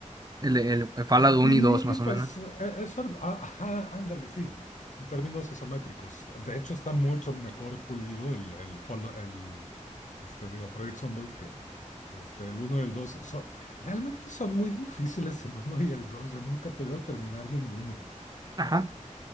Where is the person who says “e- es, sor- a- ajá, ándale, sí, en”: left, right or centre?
Left